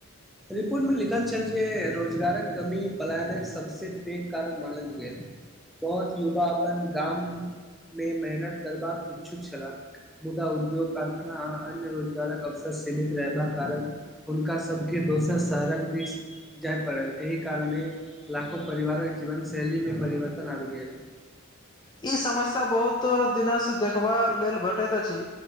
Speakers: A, in the centre; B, on the left (about 20°).
A: रिपोर्टमे लिखल छल जे रोजगारक कमी पलायनक सबसँ पैघ कारण मानल गेल बहुत युवा अपन गाम मे मेहनत करबाक इच्छुक छला मुदा उद्योग कारखाना आ अन्य रोजगारक अवसर सीमित रहबाक कारण हुनका सब के दोसर शहरक देस जाय पड़ल एहि कारणे लाखो परिवारक जीवन शैली मे परिवर्तन आबी गेल
B: ई समस्या बहुत दिना से देखबा लेल भेटैत अछि।